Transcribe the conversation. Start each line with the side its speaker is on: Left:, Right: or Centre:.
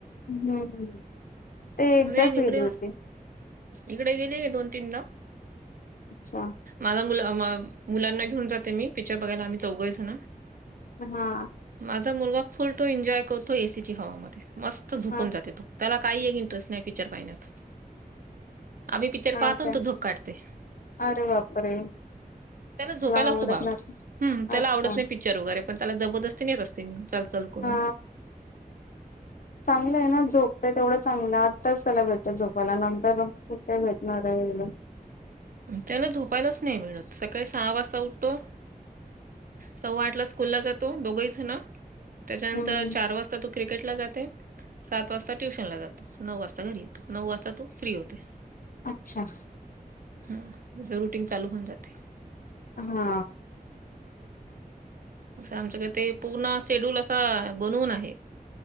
Left: हम्म ते एकदाच
Right: नाही
Left: गेले
Right: इकडे
Left: होते
Right: इकडे गेले का दोन तीनदा
Left: अच्छा
Right: माझा मु मुलांना घेऊन जाते मी पिक्चर बघायला आम्ही चौघस झाण
Left: हा
Right: माझा मुलगा फुलतो एन्जॉय करतो एसीची हवा म मस्त झोपून
Left: हा
Right: जाते तो त्याला काही एक इंटरेस्ट नाही पिक्चर पाहिण्यात आम्ही पिक्चर
Left: हा
Right: पाहतो
Left: काय
Right: त झोप काढते
Left: अरे बापरे
Right: त्याला झोपायला
Left: आवडत
Right: खूप आवडतं
Left: नसेल
Right: ह त्याला
Left: अच्छा
Right: आवडत नाही प विचार वगैरे पण त्याला जबरदस्ती नाहीेत असते मी चल करून.
Left: हा चांगलं आहे ना झोपतंय तेवढं चांगलं आत्ताच त्याला भेटतं झोपायला नंतर कुठे भेटणार आहे वेगळं
Right: त्याला झोपायलाच नाही मिळत सकाळी सहा वाजता उठतो सव्वा आठ ला स्कूल ला जातो दोघही ना त्याच्यानंतर
Left: हम्म
Right: चार वाजता तू क्रिकेटला जाते सात वाजता ट्युशन ला जातो नऊ वाजता घरी येतो नऊ वाजता तो फ्री होते
Left: अच्छा
Right: ह जस रुटीन चालू होऊन जाते
Left: हा
Right: आमच्याकडे ते पूर्ण शेड्यूल असा बनवून आहे